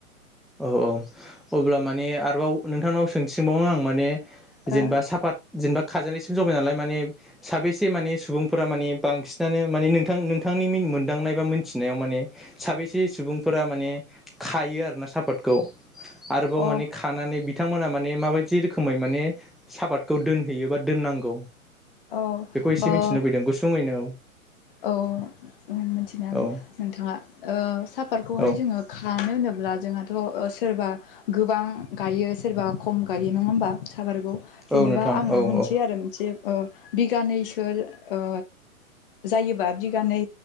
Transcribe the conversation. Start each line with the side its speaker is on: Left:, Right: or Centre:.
Centre: औ अब्ला माने आरोबाव नोंथांनाव सोंथिं सोंबावनो आं माने जेनेबा
Left: ओ
Centre: साफात जेनेबा खाजानायसिम जबाय नालाय माने साबेसे माने सुबुंफोरा माने बांसिनानो माने नोंथां नोंथांनि मिन मोनदांनाय बा मोनथिनायाव माने साबेसे सुबुंफोरा माने खायो आरोना सापातखौ? आरोबाव
Left: औ
Centre: माने खानानै बि बिथांमोना माने माबायदि रोखोमै माने साफातखौ दोनहैयो बा दोननांगौ?
Left: अ औ
Centre: बेखौ एसे
Left: ओ
Centre: मिथिनो लुबैदों गुसुङैनो औ
Left: औ मिथिनो हागोन।
Centre: औ
Left: नोंथाङा ओ साफातखौहाय
Centre: औ
Left: जोङो खानो होनोब ब्ला जोंहाथ' सोरबा गोबां गायो सोरबा खम गायो नङा होमबा साबारगौ जेनेबा
Centre: औ नोंथां
Left: आङो
Centre: औ
Left: होनसै
Centre: औ
Left: आरो मोनसे ओ बिगानैसो ओ जायोबा बिगानै